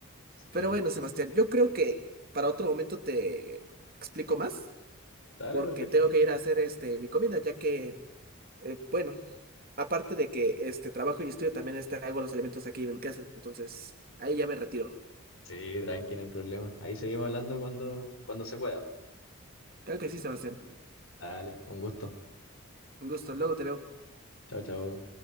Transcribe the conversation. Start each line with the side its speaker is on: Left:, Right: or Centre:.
Left: Sí.
Right: Pero bueno, Sebastián, yo creo que para otro momento te explico más,
Left: Dale,
Right: porque
Left: perfecto.
Right: tengo que ir a hacer este mi comida, ya que, eh, bueno, aparte de que este trabajo y estudio, también este, hago los alimentos aquí en mi casa, entonces ahí ya me retiro.
Left: Sí, tranqui, no hay problema. Ahí seguimos hablando cuando, cuando se pueda.
Right: Claro que sí, Sebastián.
Left: Dale, un gusto.
Right: Un gusto, luego te veo.
Left: Chao, chao.